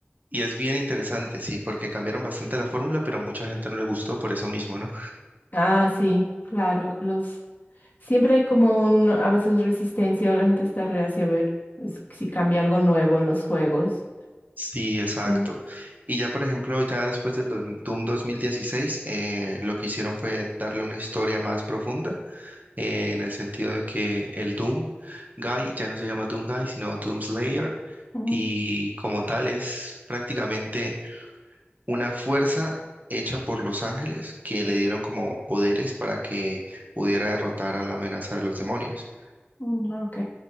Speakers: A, on the right; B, on the left.
A: y es bien interesante, sí, porque cambiaron bastante la fórmula, pero mucha gente no le gustó por eso mismo, ¿no?
B: Ah, sí, claro, los Siempre hay como un, a veces resistencia o la gente está reacia a ver s- si cambia algo nuevo en los juegos.
A: Sí, exacto.
B: Sí.
A: Y ya, por ejemplo, ya después del dos- Doom 2016, eh, lo que hicieron fue darle una historia más profunda, eh, en el sentido de que el Doom Guy ya no se llama Doom Guy, sino Doom Slayer,
B: Mm,
A: y como tal es prácticamente una fuerza hecha por los ángeles que le dieron como poderes para que pudiera derrotar a la amenaza de los demonios.
B: mm, ok.